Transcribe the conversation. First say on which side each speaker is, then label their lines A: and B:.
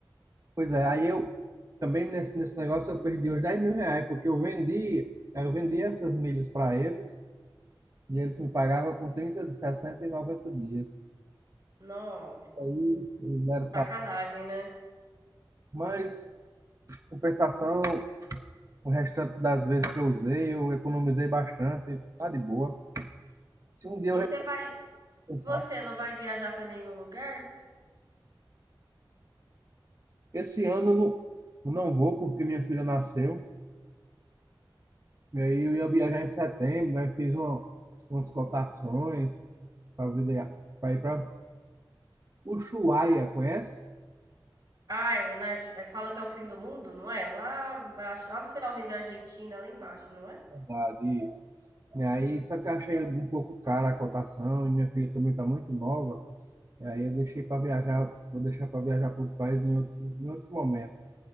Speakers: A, on the right; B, on the right.
A: Pois é, aí eu também nesse, nesse negócio eu perdi uns 10 mil reais, porque eu vendi, eu vendi essas milhas para eles e eles me pagavam com 30, 60 e 90 dias.
B: Nossa,
A: Isso aí eles deram
B: sacanagem,
A: pra-
B: né?
A: Mas, compensação, o restante das vezes que eu usei, eu economizei bastante, tá de boa. Se um dia
B: E
A: eu
B: você vai,
A: repensar.
B: e você não vai viajar pra nenhum lugar?
A: Esse ano eu não, eu não vou, porque minha filha nasceu. E aí eu ia viajar em setembro, aí fiz uma, umas cotações para ir para Ushuaia, conhece?
B: Ah, é na Arge- é, fala que é o fim do mundo, não é? Lá embaixo, lá no finalzinho da Argentina, lá embaixo, não é?
A: Da, disso. E aí, só que eu achei um pouco cara a cotação, e minha filha também está muito nova. E aí eu deixei para viajar, vou deixar para viajar para outro país em outro, em outro momento.